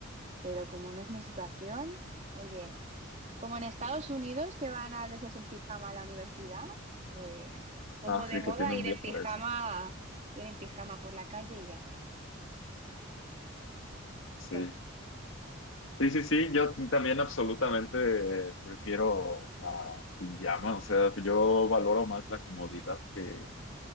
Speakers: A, on the right; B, on the left.
A: pero como no es mi situación, oye. Como en Estados Unidos, que van a veces en pijama a la universidad, pues pongo
B: Ah, sí,
A: de moda
B: que tiene un
A: ir
B: día
A: en
B: para
A: pijama,
B: eso.
A: ir en pijama por la calle y ya está.
B: Sí.
A: No,
B: Sí, sí, sí, yo también absolutamente prefiero la pijama, o sea, yo valoro más la comodidad que,